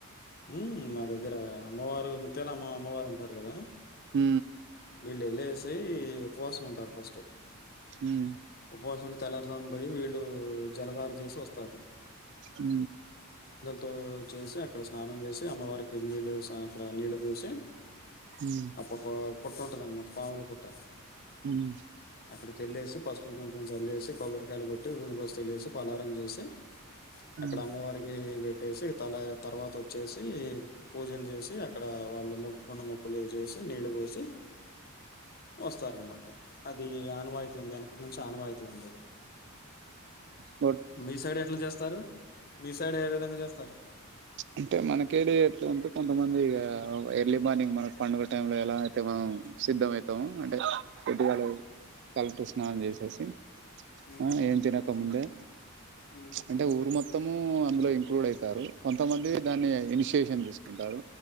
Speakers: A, on the left (about 45°); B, on the right (about 50°).
A: ఉ మా దగ్గర అమ్మవారు ముత్యాల అమ్మ అమ్మవారు ఉంటారు కదా.
B: ఉ
A: వీళ్ళు వెళ్ళేసి ఉపవాసం ఉంటారు ఫస్ట్.
B: ఉమ్
A: ఉపవాసం ఉంటే తెల్లారుజా పోయి వీళ్ళు జలధార చేసి వత్తారు.
B: ఉ
A: తో చేసి అక్కడ స్నానం చేసి అమ్మవారికి నీల్లు అక్కడ నీళ్ళు పోసి
B: ఉమ్
A: అప్పప పుట్ట ఉంటదనమాట పాముల పుట్ట
B: ఉమ్
A: అక్కడ చల్లేేసి పసుపు కొంచం చల్లేసి కొబ్బరికాయలు కొట్టి ఊదుబస్త లేసి పలారం చేసి
B: ఉమ్
A: అక్కడ అమ్మవారికి పెట్టేసి తల తర్వాత వచ్చేసి పూజలు చేసి అక్కడ ఇడ వాళ్ళు మొక్కుకున్న మొక్కులు చేసి నీళ్ళు పోసి వస్తారన్నమాట అది ఆనవాయితీ ఉంది. వెనకటి నుంచి ఆనవాయితీ ఉందది.
B: ఉ
A: మీ సైడ్ ఎట్లా చేస్తారు. మీ సైడ్ ఏ విధంగా చేస్తారు.
B: అంటే మనకేలే ఎట్లాంటే కొంతమంది ఎర్లీ మార్నింగ్ మన పండుగ టైమ్ లో ఎలా అయితే మనం సిద్ధమవుతామో అంటే పొద్దుగాళ కలటూ స్నానం చేసేసి
A: హ్మ్.
B: ఆ ఏం తినకముందే
A: హ్మ్.
B: అంటే ఊరు మొత్తము అందులో ఇంక్లూడ్ అయితారు. కొంతమంది దాన్ని ఇనిషియేషన్ చే తీసుకుంటారు